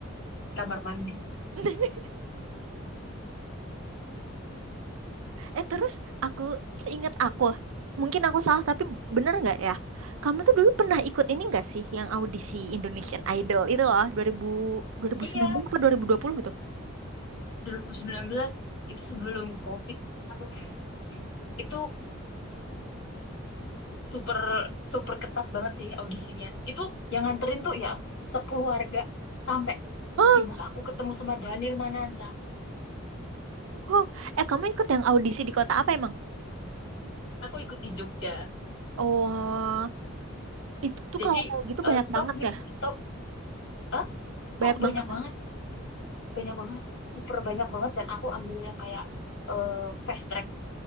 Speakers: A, on the left (about 60°); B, on the right (about 80°).
A: kamar mandi.
B: <laughs> Eh terus aku seingat aku, mungkin aku salah tapi bener nggak ya? Kamu tuh dulu pernah ikut ini nggak sih yang audisi Indonesian Idol itu loh dua ribu dua ribu
A: Iya,
B: sembilan belas atau dua dua ribu dua puluh gitu?
A: 2019 itu sebelum COVID. Aduh, itu super super ketat banget sih audisinya. Itu yang nganterin tuh ya sekeluarga sampai
B: Hah?
A: ibu aku ketemu sama Daniel Mananta.
B: Wow. Eh kamu ikut yang audisi di kota apa emang?
A: Aku ikut di Jogja.
B: Oh, itu tuh
A: Jadi
B: kalau kayak gitu
A: eh,
B: banyak
A: stop
B: banget
A: mic,
B: ya,
A: stop. Hah?
B: banyak
A: Oh, banyak
B: banget.
A: banget. banyak banget super banyak banget dan aku ambil yang kayak eh, fast track